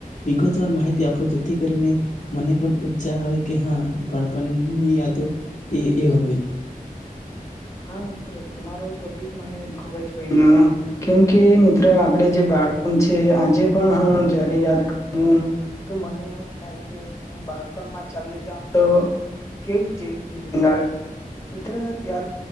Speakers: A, on the left (about 50°); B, on the left (about 20°).
A: વિગતવાર માહિતી આપો જેથી કરીને મને પણ ઉત્સાહ આવે કે હા બાળપણની યાદો. એ એ હ.
B: હા મિત્ર તમારો ટોપિક મને. ખુબ જ ભય કેમકે મિત્ર આપડ જે બાળણ છે આજે પણ હું જયારે યાદ કરું. તો મને એવું થાય કે હું બાળપણમાં ચાલ્યો જાઉ તો કે જે ફલંગ આવે મિત્ર તાર.